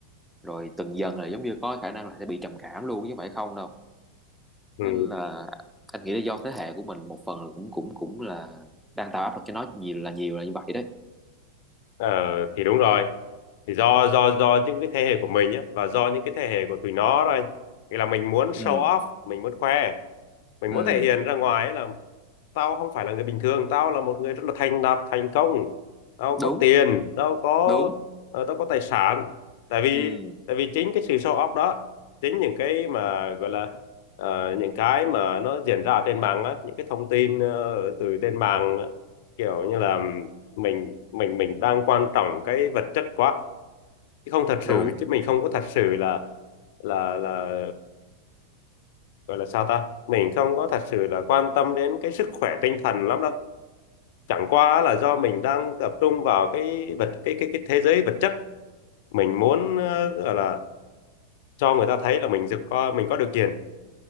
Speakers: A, in the centre; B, on the left (about 50°).
A: rồi từng dần là giống như có khả năng là sẽ bị trầm cảm luôn chứ không phải không đâu
B: Ừ.
A: nên là anh nghĩ là do thế hệ của mình một phần là cũng cũng cũng là đang tạo áp lực cho nó nhiều là nhiều là như vậy đấy
B: Ờ, thì đúng rồi thì do do do những cái thế hệ của mình á và do những cái thế hệ của tụi nó thôi thì là mình muốn show
A: ừ
B: off mình muốn khoe mình
A: ừ
B: muốn thể hiện ra ngoài ấy là tao không phải là người bình thường tao là một người rất là thành đạt thành công tao có
A: đúng
B: tiền tao có
A: đúng
B: ờ, tao có tài sản tại vì
A: ừ
B: tại vì chính cái sự show off đó chính những cái mà gọi là ờ, những cái mà nó diễn ra ở trên mạng á những cái thông tin ờ, từ trên mạng kiểu như là mình mình mình đang quan trọng cái vật chất quá chứ không thật sự
A: đúng
B: chứ mình không có thật sự là là là gọi là sao ta mình không có thật sự là quan tâm đến cái sức khỏe tinh thần lắm đâu chẳng qua là do mình đang tập trung vào cái vật cái cái cái thế giới vật chất mình muốn ờ, gọi là cho người ta thấy là mình được có mình có điều kiện